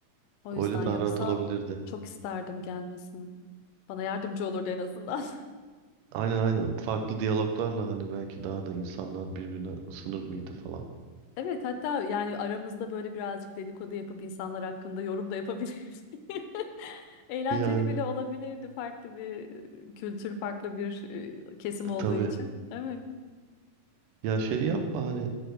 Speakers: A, on the left (about 80°); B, on the right (about 80°).
A: O yüzden
B: Öyle daha
A: yoksa
B: rahat olabilirdi.
A: çok isterdim gelmesini. Bana yardımcı olurdu en azından. <laughs>
B: Aynen aynen farklı diyaloglarla hani belki daha da insanlar birbirine ısınır mıydı falan.
A: Evet hatta yani aramızda böyle birazcık dedikodu yapıp insanlar hakkında yorum da yapabiliriz. <laughs> Eğlenceli
B: Yani
A: bile olabilirdi farklı bir kültür, farklı bir e, kesim olduğu
B: tabii
A: için. Evet.
B: ya şey yapma hani